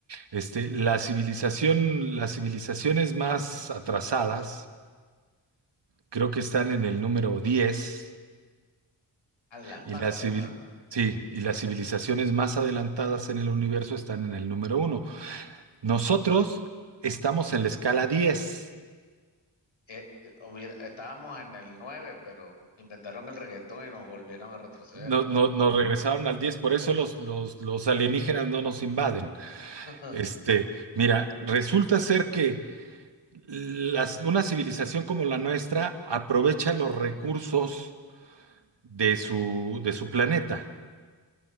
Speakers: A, on the right; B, on the left.
A: Este, la civilización, las civilizaciones más atrasadas, creo que están en el número diez
B: A las
A: Y
B: más
A: la
B: atrasadas.
A: civil, sí, y las civilizaciones más adelantadas en el universo están en el número uno. Nosotros estamos en la escala diez
B: eh, hubiera- estábamos en el 9 pero inventaron el reggaetón y nos volvieron a retroceder,
A: No-
B: ¿no?
A: no- nos regresaron al 10 por eso los, los, los alienígenas no nos invaden.
B: <laughs>
A: Este, mira, resulta ser que las- una civilización como la nuestra aprovecha los recursos de su, de su planeta.